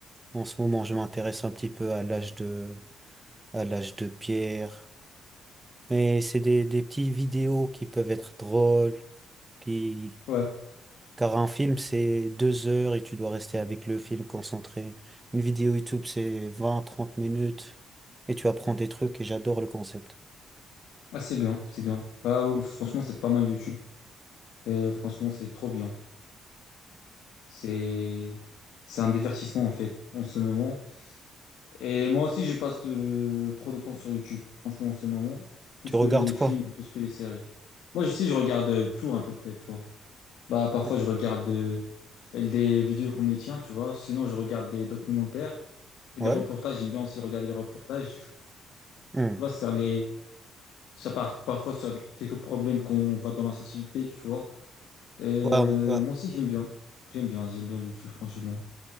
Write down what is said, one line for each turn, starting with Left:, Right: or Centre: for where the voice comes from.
Right: En ce moment, je m'intéresse un petit peu à l'âge de, à l'âge de Pierre. Mais c'est des, des petites vidéos qui peuvent être drôles, qui,
Left: Ouais.
Right: car un film, c'est deux heures et tu dois rester avec le film concentré. Une vidéo YouTube, c'est 20 30 minutes et tu apprends des trucs et j'adore le concept.
Left: Ah, c'est bien, c'est bien. Bah, ou- franchement, c'est pas mal YouTube. Et franchement, c'est trop bien. C'est, c'est un divertissement, en fait, en ce moment. Et moi aussi, je passe euh, trop de temps sur YouTube, franchement, en ce moment. Plus
Right: Tu regardes
Left: que les films,
Right: quoi?
Left: plus que les séries. Moi, je sais, je regarde euh, tout à peu près, tu vois. Bah, parfois,
Right: Mm.
Left: je regarde euh, des vidéos comme les tiens, tu vois. Sinon, je regarde des documentaires et
Right: Ouais.
Left: des reportages. J'aime bien aussi regarder les reportages.
Right: Mm.
Left: tu vois, sur les, ça par parfois sur des- quelques problèmes qu'on voit dans la société, tu vois. Euh,
Right: Ouais, ouais.
Left: moi aussi, j'aime bien. J'aime bien, j'aime bien YouTube, franchement.